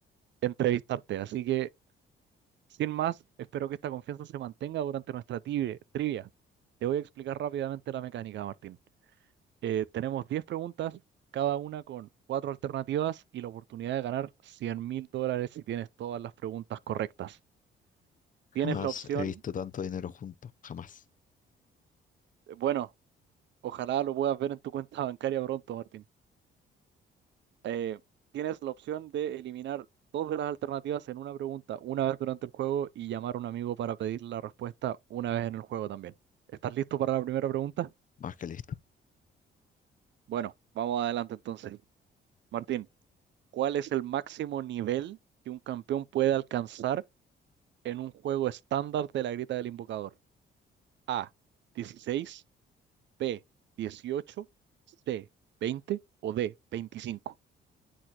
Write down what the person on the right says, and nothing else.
entrevistarte. Así que Sin más, espero que esta confianza se mantenga durante nuestra tibia- trivia. Te voy a explicar rápidamente la mecánica, Martín. Eh, tenemos 10 preguntas, cada una con cuatro alternativas y la oportunidad de ganar cien mil dólares si tienes todas las preguntas correctas.
Tienes la opción,
eh, bueno, ojalá lo puedas ver en tu cuenta bancaria pronto, Martín. Eh, tienes la opción de eliminar dos de las alternativas en una pregunta una vez durante el juego y llamar a un amigo para pedir la respuesta una vez en el juego también. ¿Estás listo para la primera pregunta?
Bueno, vamos adelante entonces. Martín, ¿cuál es el máximo nivel que un campeón puede alcanzar en un juego estándar de la Grieta del Invocador? A, 16. B, 18. C, 20. o D, 25.